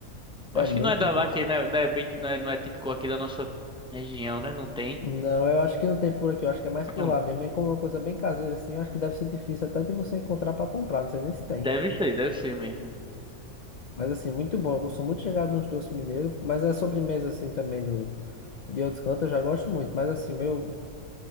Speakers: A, on the left; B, in the centre.
A: É
B: Eu Acho
A: muito
B: que não é da
A: bom.
B: aqui, né? Não é, bem- não é, não é típico aqui da nossa região, né? Não tem.
A: Não, eu acho que não tem por aqui, eu acho que é mais por
B: Não.
A: lá mesmo. É como uma coisa bem caseira, assim, eu acho que deve ser difícil até de você encontrar pra comprar, não sei nem se tem.
B: Deve ser, deve ser mesmo.
A: Mas assim, muito bom. Eu sou muito chegado nos doces mineiros, mas a sobremesa, assim, também do, de outros cantos eu já gosto muito. Mas assim, meu